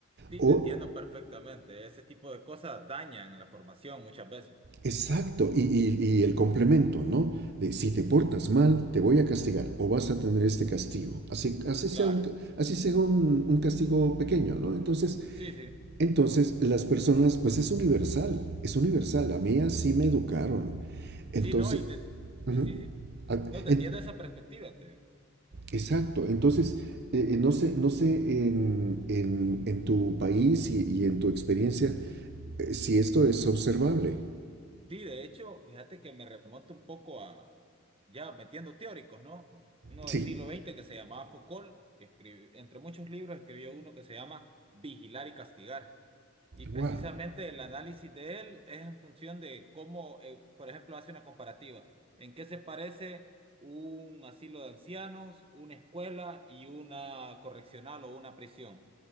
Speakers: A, on the right (about 30°); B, on the right (about 55°).
A: Sí,
B: O
A: te entiendo perfectamente. Ese tipo de cosas dañan la formación muchas veces.
B: Exacto, y, y- y el complemento, ¿no? De si te portas mal, te voy a castigar o vas a tener este castigo. Así, así sea
A: Claro,
B: un, así sea un, un castigo pequeño, ¿no? Entonces,
A: sí, sí,
B: entonces, las personas, pues es universal, es universal. A mí así me educaron. Entonces,
A: sí, no, y te,
B: ujú.
A: sí, sí,
B: Ah,
A: no te
B: en-
A: entiendo esa perspectiva, te
B: exacto, entonces, eh, eh, no sé, no sé en, en- en tu país y, y en tu experiencia eh, si esto es observable.
A: Sí, de hecho, fíjate que me remonta un poco a, ya metiendo teóricos, ¿no? Uno
B: Sí,
A: del siglo XX que se llamaba Foucault, que escribió, entre muchos libros escribió uno que se llama Vigilar y Castigar Y precisamente
B: wow.
A: el análisis de él es en función de cómo, eh, por ejemplo, hace una comparativa. ¿En qué se parece un asilo de ancianos, una escuela y una correccional o una prisión?